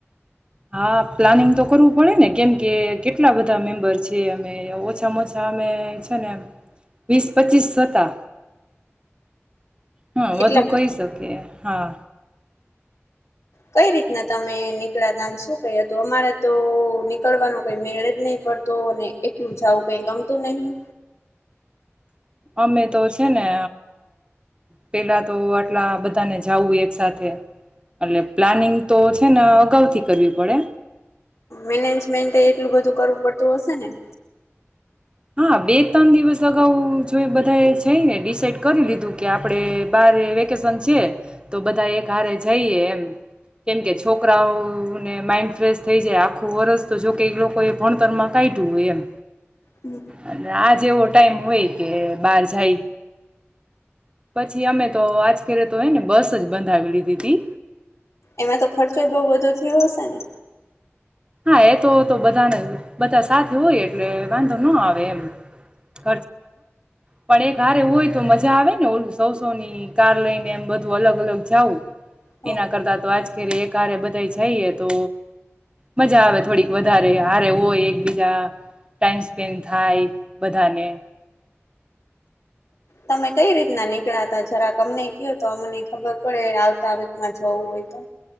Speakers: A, on the right; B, on the left.
A: હા પ્લાનિંગ તો કરવું પડે ને કેમ કે કેટલા બધા મેમ્બર છે, અમે ઓછામાં ઓછા અમે છે, ને વીસ પચીસ હતા. હા વધુ
B: એટલે
A: કહી શકે હા.
B: કઈ રીતના તમે નીકળાતામ શું ક હતું અમારે તો નીકળવાનો કઈ મેળ જ નહી પડતો અને <unintelligible> જવું કઈ ગમતું નહીિ.
A: અમે તો છે, ને પેલા તો આટલા બધાને જાવું એક <unintelligible> એટલે પ્લાનિંગ તો <unintelligible> ના અગાઉથી કરવી પડે.
B: મેનેજમેન્ટ એટલું બધું કરવું પડતું હશે ને?
A: હા બે ત્રણ દિવસ અગાઉ જો બધા એ જઈને ડિસાઈડ કરી લીધું કે આપડે બારે વેકેશન છે તો બધા એક હારે જઈએ એમ. કેમ કે છોકરાઓને માઈન્ડ ફ્રેશ થઈ જાય આખું વરસ તો જોકે એ લોકો એ ભણતર માં કાયઢું હોય એમ.
B: હમ
A: અને આજ એવો ટાઈમ હોય કે બાર જાય પછી અમે તો આજ કરીરે તો હોય ને બસ જ બંધાવ લીધી હતી..
B: એમાં તો ખર્ચો બહુ બધો થયો હશે ને?
A: હા એ તો તો બધાને બધા સાથે હોય એટલે વાંધો ન આવે એમ. <inaudible> પણ એક હારે હોય તો મજા આવે ને ઓલું સૌ સૌ ની કાર લઈને એમ બધું અલગ અલગ જઉું
B: હ
A: એના કરતા તો આજરે એક હારે બધા જઈએ તો મજા આવે થોડીક વધારે હારે હોય એકબીજા ટાઈમ સ્પેન્ડ થાય બધાને
B: તમે કઈ રીતના નીકળાતા જરાક અમનેય કયો તો અમને ખબર પડે આવતા વીકમાં જવું હોય તો.